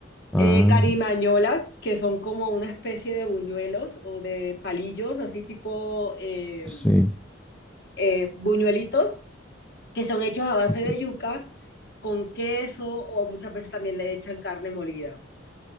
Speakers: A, in the centre; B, on the left.
A: Ah,
B: eh, carimañolas, que son como una especie de buñuelos o de palillos, así tipo eh,
A: sí.
B: eh, buñuelitos, que son hechos a base
A: ok.
B: de yuca con queso o muchas veces también le echan carne molida.